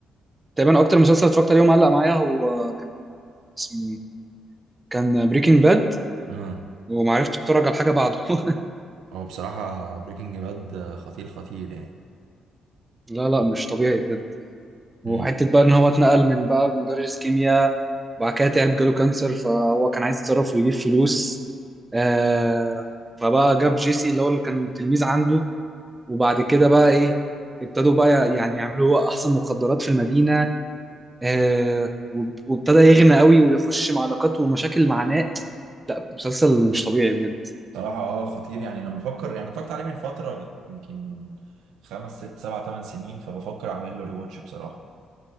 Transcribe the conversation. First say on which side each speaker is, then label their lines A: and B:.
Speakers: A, on the right; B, on the right.
A: تقريبا اكتر مسلسل اتفرجت عليه ومعلق معايا هو كان اسمه ايه كان بريكنج باد
B: اه
A: وما عرفتش اتفرج على حاجه بعده <laughs>
B: هو بصراحة بريكنج باد خطير خطير يعني
A: لا لا مش طبيعي بجد وحته
B: امم
A: بقى ان هو اتنقل من بقى مدرس كيمياء وبعد كده تعب جاله كانسر فهو كان عايز يتصرف ويجيب فلوس آه فبقى جاب جيسي اللي هو اللي كان تلميذ عنده وبعد كده بقى ايه ابتدوا بقى يعني يعملوا احسن مخدرات في المدينه آه وب- وابتدى يغنى قوي ويخش مع علاقات ومشاكل مع ناس مسلسل مش طبيعي بجد
B: بصراحة اه خطير يعني انا بفكر يعني اتفرجت عليه من فترة يمكن خمس ست سبع ثمان سنين فبفكر اعمل له ريواتش بصراحة